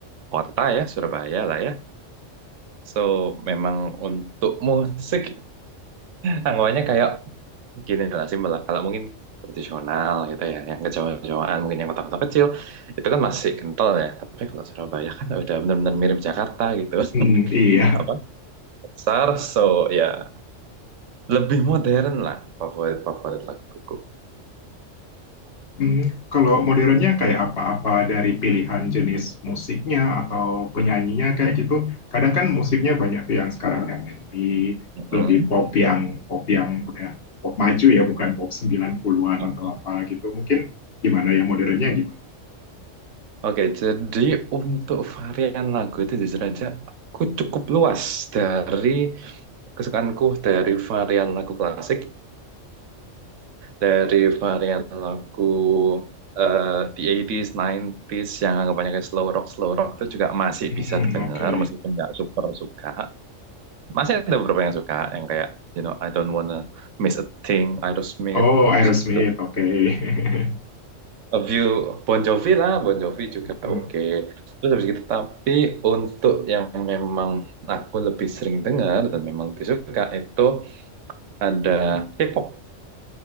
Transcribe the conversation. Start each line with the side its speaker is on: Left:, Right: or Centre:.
Right: kota ya Surabaya lah ya. So memang untuk musik anggapannya kayak gini lah simpel lah. Kalau mungkin tradisional gitu ya, yang kejauhan-jauhan mungkin yang kota-kota kecil itu kan masih kental ya. Tapi kalau Surabaya kan udah benar-benar mirip Jakarta gitu. <laughs>
Left: Mm, iya.
Right: Apa? Besar, so ya lebih modern lah favorit-favorit laguku.
Left: Hmm, kalau modernnya kayak apa-apa dari pilihan jenis musiknya atau penyanyinya kayak gitu. Kadang kan musiknya banyak tuh yang sekarang R&B,
Right: Mm-mm.
Left: lebih pop yang pop yang udah pop maju ya, bukan pop 90-an
Right: Oke.
Left: atau apa gitu. Mungkin gimana yang modernnya gimana?
Right: Oke, jadi untuk varian lagu itu jujur aja aku cukup luas dari kesukaanku dari varian lagu klasik, dari varian lagu eh, the 80s, 90s yang anggapannya kayak slow rock, slow rock itu juga masih
Left: Hmm,
Right: bisa denger
Left: oke.
Right: meskipun nggak super suka. Masih ada beberapa yang suka yang kayak you know I don't wanna miss a thing, Aerosmith,
Left: Oh,
Right: habis
Left: Aerosmith,
Right: gitu.
Left: oke. <laughs>
Right: A View Bon Jovi lah, Bon Jovi juga
Left: Hmm,
Right: oke. Terus habis gitu, tapi untuk yang memang aku lebih sering dengar dan memang lebih suka itu ada K-pop.